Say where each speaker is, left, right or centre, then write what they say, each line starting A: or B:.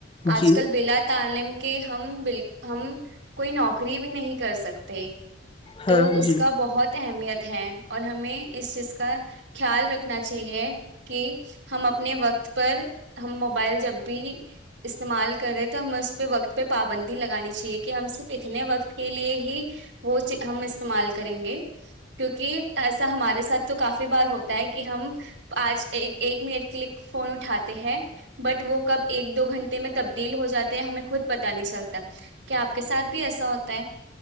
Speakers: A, on the right; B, on the left.
A: آج
B: جی
A: کل بلا تعالم کہ ہم ب ہم کوئی نوکری بھی نہیں کر سکتے
B: ہاں
A: تو اس
B: جی
A: کا بہت اہمیت ہیں اور ہمیں اس چیز کا خیال رکھنا چاہیے کہ ہم اپنے وقت پر ہم موبائل جب بھی استعمال کرے تو ہمیں اس پہ وقت پہ پابندی لگانی چاہیے کہ ہم صرف اتنے وقت کے لیے ہی وہ ہم استعمال کریں گے کیونکہ ایسا ہمارے ساتھ تو کافی بار ہوتا ہے کہ ہم آج ایک منٹ کلک فون اٹھاتے ہیں بٹ وہ کب ایک دو گھنٹے میں تبدیل ہو جاتے ہیں ہمیں خود پت نہیں چلتا کیا آپ کے ساتھ بھی ایسا ہوتا ہے